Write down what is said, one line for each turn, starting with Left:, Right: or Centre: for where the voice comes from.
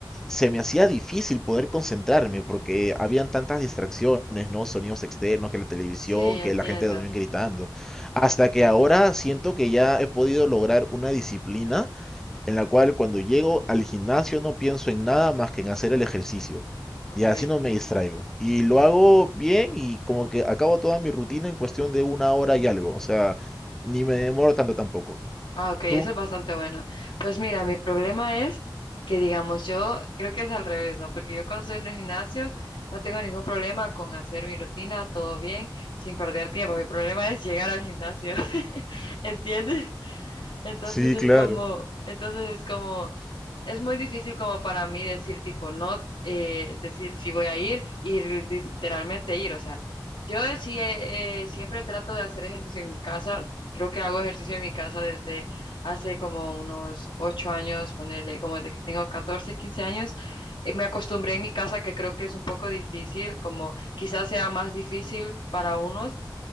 Centre: se me hacía difícil poder concentrarme porque habían tantas distracciones, ¿no? Sonidos externos, que la televisión,
Left: sí,
Centre: que
Left: entiendo.
Centre: la gente también gritando. Hasta que ahora siento que ya he podido lograr una disciplina en la cual cuando llego al gimnasio no pienso en nada más que en hacer el ejercicio.
Left: Ok.
Centre: Y así no me distraigo. Y lo hago bien y como que acabo toda mi rutina en cuestión de una hora y algo. O sea, ni me demoro tanto tampoco.
Left: Ah, ok, eso
Centre: ¿Tú?
Left: es bastante bueno. Pues mira, mi problema es que, digamos, yo creo que es al revés, ¿no? Porque yo cuando estoy en el gimnasio no tengo ningún problema con hacer mi rutina, todo bien, sin perder tiempo. Mi problema es llegar al gimnasio, <laughs> ¿entiendes? Entonces
Centre: Sí,
Left: es
Centre: claro.
Left: como, entonces es como, es muy difícil como para mí decir tipo no, eh, decir si voy a ir, ir literalmente ir. O sea, yo sí eh, eh, siempre trato de hacer ejercicio en mi casa. Creo que hago ejercicio en mi casa desde hace como unos ocho años, ponerle como de que tengo 14 15 años. Eh, Me acostumbré en mi casa, que creo que es un poco difícil, como quizás sea más difícil para unos,